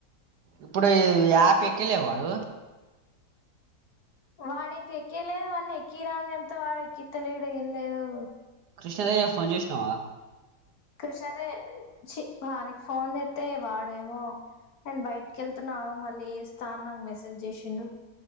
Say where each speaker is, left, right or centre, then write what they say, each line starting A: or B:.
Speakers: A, on the right; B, on the left.
A: ఇప్పుడు యాప్ ఎక్కలే వాడు
B: వాడు ఇంక ఎక్క్కలేదు వాని ఎక్కి రా అని చెప్తే వాడు ఎక్కితలిడు ఏం లేదు
A: కృష్ణదేయ్య ఫోన్ చేసినావా
B: కృష్ణాజీ వానికి ఫోన్ చేతే వాడేమో నేను బయటికి వెళ్తున్నా మళ్ళీ వస్తాన్నాకు మెసేజ్ చేసి డు